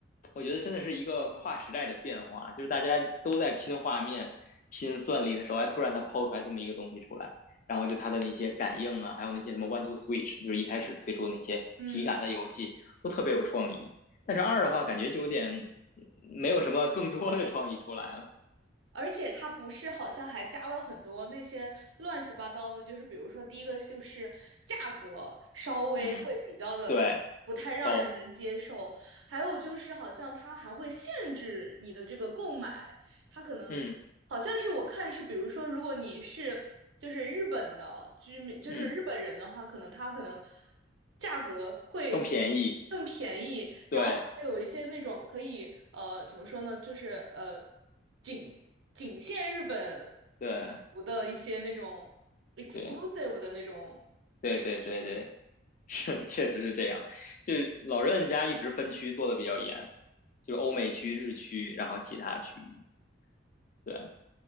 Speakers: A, on the left; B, on the right.
A: 我觉得真的是一个跨时代的变化，就是大家都在拼画面、拼算力的时候，哎，突然它抛出来这么一个东西出来。然后就它的那些感应啊，还有那些什么 One to Switch，就是一开始推出那些体感的游戏都特别有创意。
B: 嗯。
A: 但是二的话，感觉就有点没有什么更多的创意出来了。
B: 而且它不是好像还加了很多那些乱七八糟的，就是比如说第一个就是价格稍微会比较的不太让人能接受，
A: 嗯，对，高，
B: 还有就是好像它还会限制你的这个购买，它可能好像是我看是，
A: 嗯
B: 比如说，如果你是就是日本的居民，就是日本人的话，
A: 嗯，
B: 可能他可能价格会
A: 更便宜，
B: 更便宜，然后还有一些那种可以呃怎么说呢，
A: 对
B: 就是呃仅仅限日本
A: 对
B: 服的一些那种 exclusive
A: 对
B: 的那种设施，
A: 对对对对，是确实是这样。就是老任家一直分区做的比较严，就是欧美区、日区，然后其他区域，对。